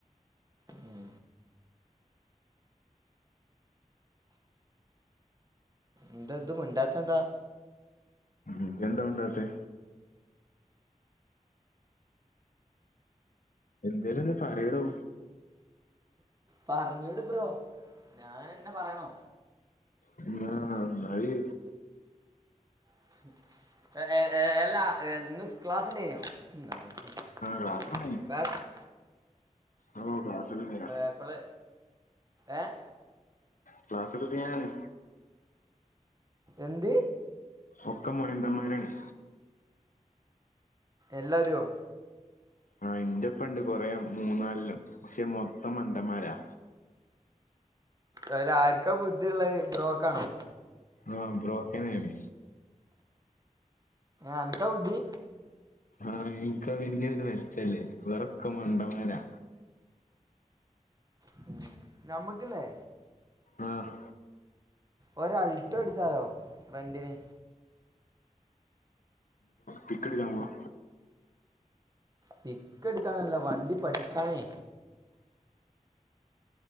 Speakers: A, on the right (about 30°); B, on the left (about 80°).
A: ഉം എന്താ ഇതു മിണ്ടാത്തെന്താ
B: ഇജ്ജെന്താ മിണ്ടാത്തെ? എന്തേലും ഒന്ന് പറയടോ.
A: പറഞ്ഞൂട് ബ്രോ. ഞാനന്നെ പറയണോ?
B: ആഹ് നന്നായി
A: <unintelligible> ഇന്ന് ക്ലാസ്ണ്ടേയ്നോ? <unintelligible>
B: ക്ലാസ്സാണ് ഓ ക്ലാസ്സിൽ സീനാ
A: എപ്പള് ഏഹ്
B: ക്ലാസൊക്കെ സീനാണ്.
A: എന്ത്?
B: ഒക്ക മൊയിന്തന്മാരാണ്.
A: എല്ലാരോ?
B: ആഹ് ഇന്റെപ്പൊണ്ട് കൊറെേ മൂന്നാല്ണം. പക്ഷെ മൊത്തം മണ്ടന്മാരാ.
A: അയില് ആരിക്കാ ബുദ്ധിയുള്ളത്. ബ്രോക്കാണോ?
B: ആഹ് ബ്രോക്കന്നേട്.
A: ആർക്കാ ബുദ്ധി?
B: ആഹ് എനക്കാ പിന്നെയൊരു മെചൊല്ലേ. ഇവരൊക്കെ മണ്ടന്മാരാ
A: ഉം. നമ്മക്കില്ലേ
B: ആഹ്
A: ഒരൾട്ടോ എടുത്താലോ? റെന്റിന്
B: കിക്കട്ക്കാൻ പോവാ
A: കിക്കെടുക്കാനല്ല വണ്ടി പഠിക്കാനേ